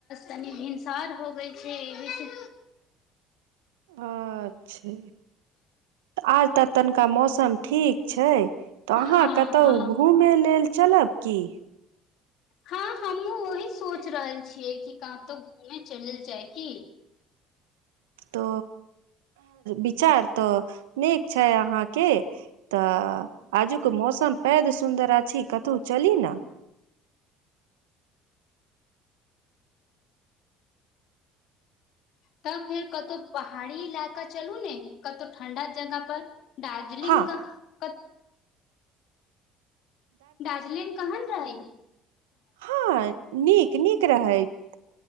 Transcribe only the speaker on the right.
अच्छा तऽ आज त तनिका मौसम ठीक छै। तऽ अहाँ
कतहु
घूमे लेल चलब की।
तो विचार तऽ नीक छै अहाँके तऽ आजुक मौसम पैद सुन्दर अछि कतहु चली ने।
हँ
हँ नीक नीक रहैत